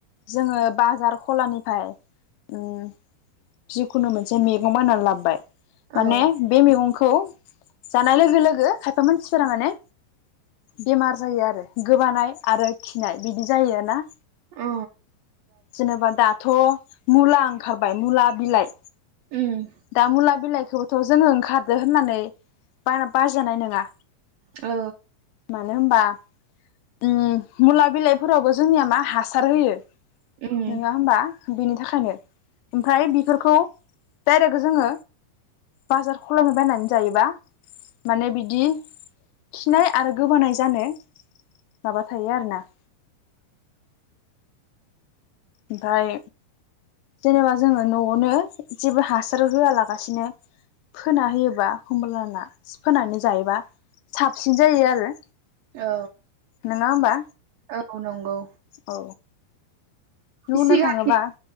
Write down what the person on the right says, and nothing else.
औ
अ
उम
औ
उम
औ
औ नंगौ
सिगांनि